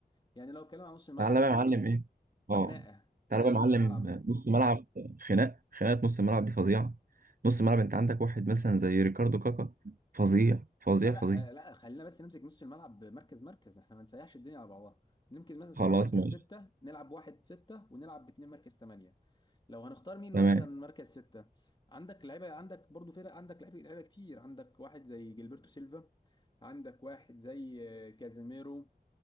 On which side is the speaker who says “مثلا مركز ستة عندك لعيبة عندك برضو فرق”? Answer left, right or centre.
Left